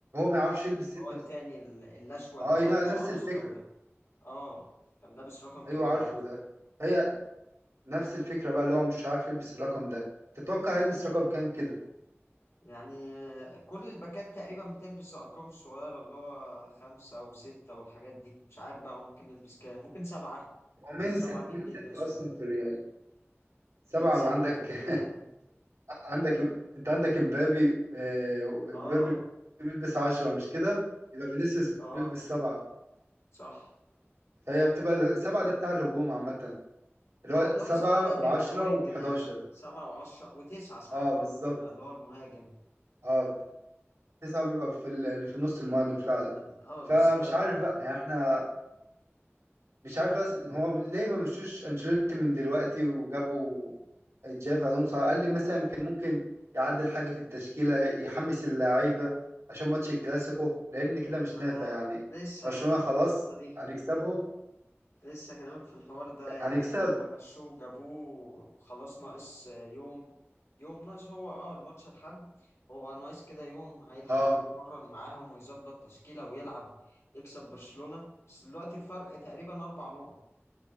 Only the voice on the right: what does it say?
ما يعرفش يلبس 66
اه
لا،
نفس الفكره
ايوه عارفه
ده هي نفس الفكره بقى اللي هو مش عارف يلبس الرقم ده تتوقع هيلبس
رقم كام كده
هو من
ست
من
ست اصلا في الريال سبعه
ما عندك
<laughs> عندك انت عندك امبابي آه، امبابي
بيلبس عشرة مش كده يبقى فينيسيوس
بيلبس سبعة
فهي بتبقى ال- سبعة ده بتاع الهجوم عامة اللي
هو
سبعة
وعشرة
وحداشر
اه
بالظبط
اه تسعة بيبقى في ال- اللي في نص المهاجم فعلا
فمش
عارف
بقى يعني احنا مش عارف بس هو ليه ما مشوش انشيلوتي من دلوقتي وجابوا جافي الونسو على الاقل مثلا كان ممكن يعدل حاجه في التشكيله يحمس اللعيبه عشان ماتش الكلاسيكو لان كده مش
نافع
يعني
برشلونه
خلاص
هنكسبهم
هنكسب
اه